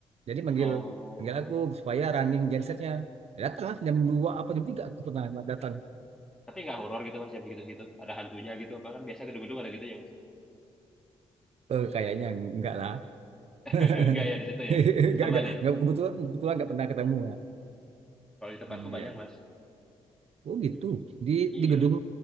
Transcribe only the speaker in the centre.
Oh.
Tapi nggak horor gitu Mas, jam segitu-segitu. Ada hantunya gitu apa kan biasa gedung-gedung ada gitu ya, Mas.
<laughs>
Enggak ya di situ ya.
Aman
ya.
Kalau di tempatku
banyak, Mas.
Iya,